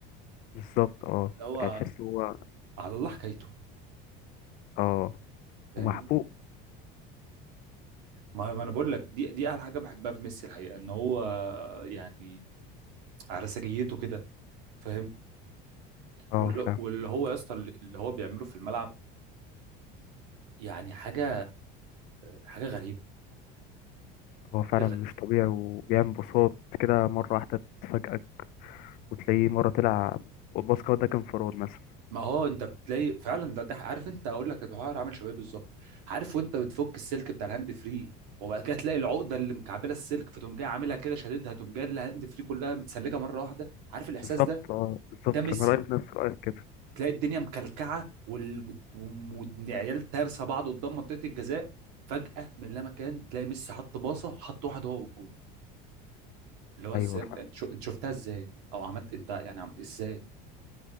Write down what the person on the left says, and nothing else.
بالظبط اه
يعني تحس هو
اه
ومحبوب
اه
فاهم
هو
فعلا
مش طبيعي وبيعمل بساط كده مرة واحدة تفاجئك وتلاقيه مرة طلع والباسكت ده كان انفراد مثلا
بالظبط
اه بالظبط
أنا رأيي بنفس رأيك كده
أيوه
فاهم